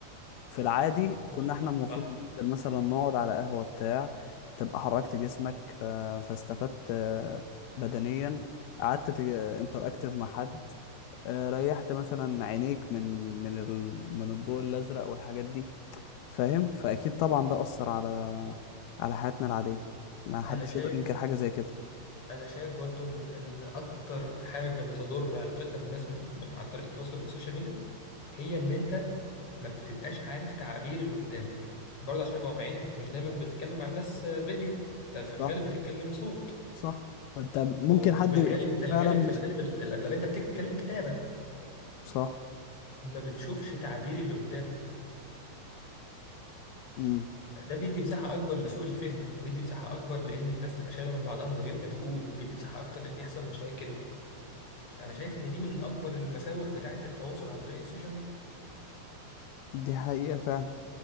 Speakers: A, on the left; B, on the left.
A: في العادي
B: مظبوط
A: كنا احنا المفروض
B: صح
A: ننزل مثلا نقعد على قهوة بتاع تبقى حركت جسمك ف... فاستفدت آه، بدنيا قعدت انتر اكتف مع حد آه، ريحت مثلا عينيك من من ال... من الضوء الازرق والحاجات دي فاهم فاكيد طبعا ده اثر على على حياتنا العادية ما حدش
B: أنا شايف
A: يقدر ينكر حاجة زي كده
B: انا شايف برضو ان إن اكتر حاجه بتضر علاقتنا بالناس من عن طريق التواصل بالسوشيال ميديا هي ان انت ما بتبقاش عارف تعابير اللي قدامك برضه عشان نبقى واقعيين انت مش دايما بتتكلم مع الناس فيديو انت في الغالب
A: صح
B: بتتكلم صوت
A: صح فانت ممكن
B: و-
A: حد
B: وفي الغالب
A: يكون
B: في
A: فعلا
B: الغالب
A: مش
B: في الغالب ال- الاغلبيه انت بتتكلم كتابه
A: صح
B: ما بتشوفش تعابير اللي قدامك
A: امم
B: ده بيدي مساحه اكبر لسوء الفهم وبيدي مساحه اكبر لان الناس تبقى شايله من بعضها من غير ما تقول وبيدي مساحه اكتر لان يحصل مشاكل فأنا شايف إن دي من أكبر المساوئ بتاعة التواصل عن طريق السوشيال ميديا
A: دي حقيقة فعلا